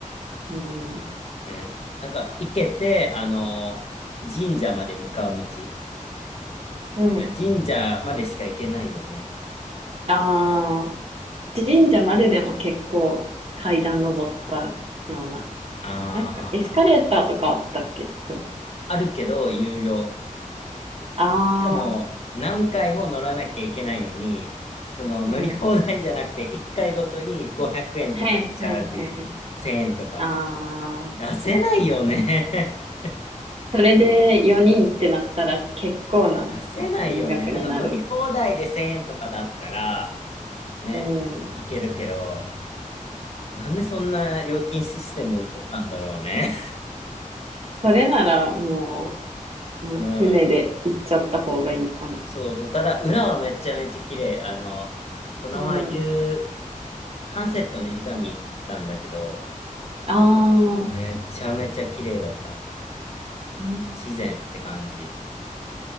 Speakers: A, on the right; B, on the left.
A: う。うん。
B: ね。なんか、行けて、あの、神社まで向かう道
A: うん。
B: なんか神社までしか行けないよね。
A: ああ。神社まででも結構階段登ったような。
B: ああ、
A: なんかエスカレーターとかあったっけすごい。
B: あるけど、有料。
A: ああ、
B: しかも、何回も乗らなきゃいけないのに、その、乗り放題じゃなくて、
A: うん。
B: 1回ごとに500円とかチャージ、
A: はいはいはい。
B: 1000円とか。
A: あ
B: 出せないよね。
A: あ、
B: <laughs>
A: それで4人ってなったら結構な
B: 出せないよね。
A: 金額になる。
B: なんか乗り放題で1000円とかだったら、ね、
A: うん。
B: いけるけど、なんでそんな料金システム取ったんだろうね。
A: それならもう、うん船で行っちゃった方がいいかも。
B: うん。そうそう。ただ、裏はめちゃめちゃ綺麗。あの、この前、
A: うん。
B: 夕、サンセット2時間に行ったんだけど、
A: ああ、う
B: めちゃめちゃ綺麗だった。
A: ん
B: 自然って感じ。